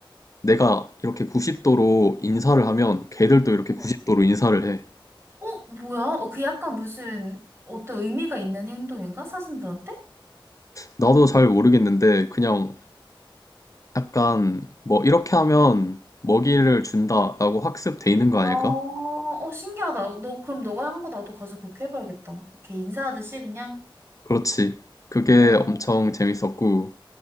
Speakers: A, on the left (about 40°); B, on the right (about 30°).
A: 내가 이렇게 90도로 인사를 하면 걔들도 이렇게
B: 어,
A: 90도로 인사를 해.
B: 어, 뭐야? 어, 그 약간 무슨 어떤 의미가 있는 행동인가? 사슴들한테?
A: 나도 잘 모르겠는데, 그냥 약간 뭐 이렇게 하면 먹이를 준다라고 학습돼 있는 거
B: 아,
A: 아닐까?
B: 어, 신기하다. 너, 그럼 너가 한 거 나도 가서 그렇게 해봐야겠다. 이렇게 인사하듯이 그냥.
A: 그렇지. 그게
B: 어,
A: 엄청 재밌었고,